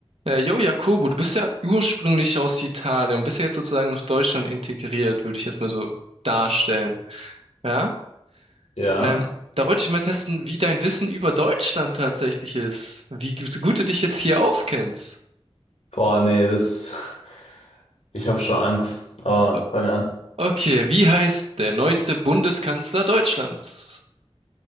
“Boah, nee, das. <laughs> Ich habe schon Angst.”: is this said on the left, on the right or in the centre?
Left